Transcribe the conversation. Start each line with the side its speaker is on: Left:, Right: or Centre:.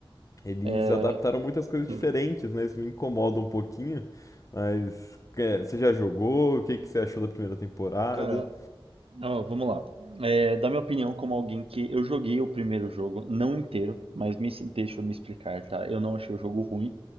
Left: eles
Right: É,
Left: adaptaram muitas coisas diferentes,
Right: hum,
Left: né? Isso me incomoda um pouquinho. Mas é, você já jogou? O que que você achou da primeira temporada?
Right: cara, Ó, vamos lá. É, da minha opinião, como alguém que eu joguei o primeiro jogo, não inteiro, mas me, deixa eu me explicar, tá? Eu não achei o jogo ruim.